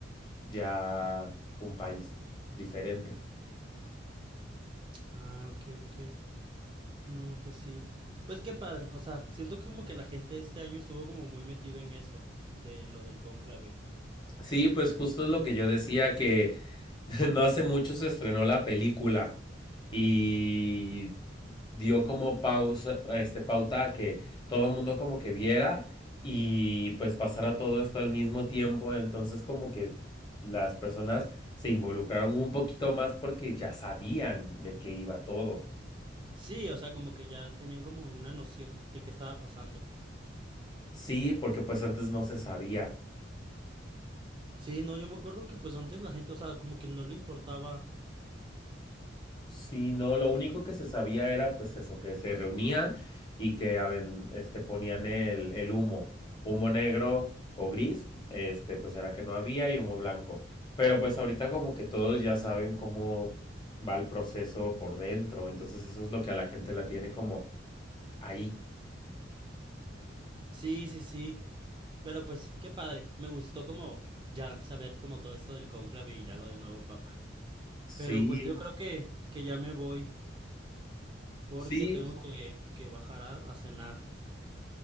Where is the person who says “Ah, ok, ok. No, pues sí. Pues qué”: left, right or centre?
Right